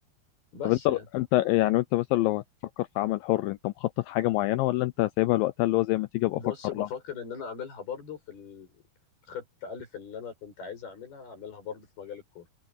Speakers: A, on the left; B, on the left.
A: بس
B: طب انت
A: يعني
B: انت يعني انت مثلا لو هتفكر في عمل حر انت مخطط حاجه معينه ولا انت سايبها لوقتها اللي هو زي ما تيجي ابقى
A: بص
B: افكر
A: بفكر
B: لها
A: ان انا اعملها برضه في الخطه الف اللي انا كنت عايز اعملها اعملها برضه في مجال الكوره